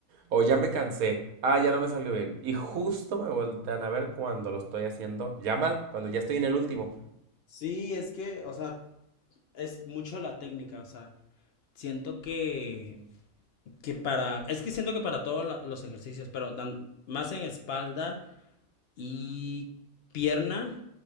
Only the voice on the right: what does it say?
O ya me cansé. Ah, ya no me salió bien. Y justo me voltean a ver cuando lo estoy haciendo ya mal, cuando ya estoy en el último.